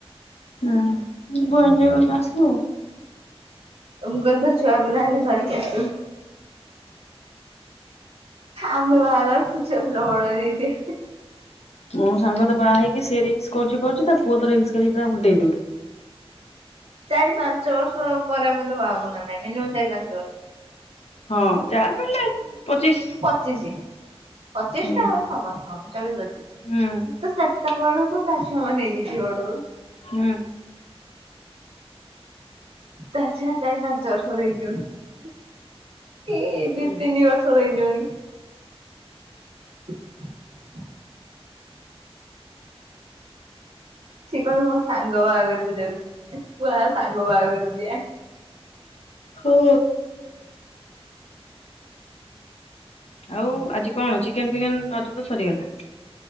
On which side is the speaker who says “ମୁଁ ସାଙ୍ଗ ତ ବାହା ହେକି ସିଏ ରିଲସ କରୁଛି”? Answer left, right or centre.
Left